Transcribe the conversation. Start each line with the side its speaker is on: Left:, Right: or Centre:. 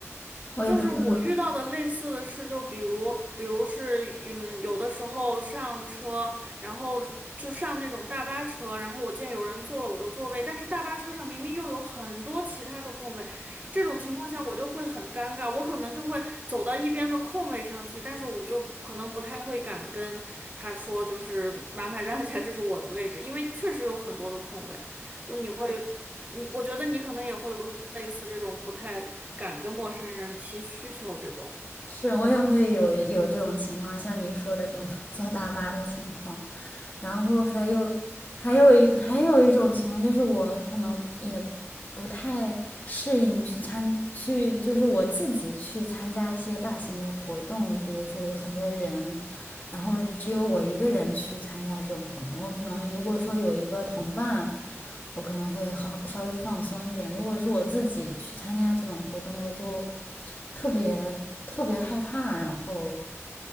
Left: 我也不知道，
Right: 就是我遇到的类似的事，就比如，比如是，嗯，有的时候上车，然后就上那种大巴车，然后我见有人坐了我的座位，但是大巴车上明明又有很多其他的空位，这种情况下我就会很尴尬，我可能就会走到一边的空位上去，但是我就可能不太会敢跟他说，就是麻烦让一下，这是我的位置，因为确实有很多的空位，就你会。你我觉得你可能也会有类似这种不太敢跟陌生人提需求这种。
Left: 是我也会有有这种情况，像你说的这种 <laughs> 坐大巴的情况，然后还有还有一还有一种情况就是我可能也不太适应去参去，就是我自己去参加一些大型的活动，比如说有很多人，然后是只有我一个人去参加这种活动，我可能如果说有一个同伴。我可能会好稍微放松一点。如果是我自己去参加这种活动，我就特别特别害怕，然后